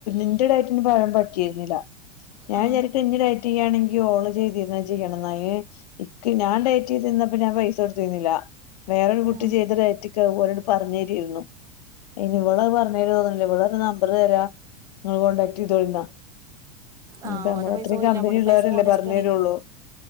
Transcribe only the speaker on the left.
എന്റെടായിട്ട് ഇ പഴം പറ്റിരുന്നില്ല ഞാൻ
വിചരിക്കും ഇ ണെങ്കിൽ ഓ ചെയ്തിരുന്ന ചെയ്യണം ന ഇക്ക് ഞാൻ ഡേറ്റ് ചെയ്തിന്നപ്പോ ഞാൻ പൈസ കൊടുത്തിരുന്നില്ല വേറൊരു കുട്ടി
ചെയ്തൊരുയറ്റക്ക് പോോലോട്ട് പറഞ്ഞു തരിരുന്നു ഇനി വിളരെ പറഞ്ഞേല് തോന്നില്ലേ വിളരെ നമ്പർ തരാ നിങ്ങൾ കോണ്ടടാക്ട് ചെയ്തോളിുന്നാ
ഇ നമ്മള
അത്രയും
കമ്പനിിയ
ഉള്ളവരല്ലേ
പറ ള്ളൂ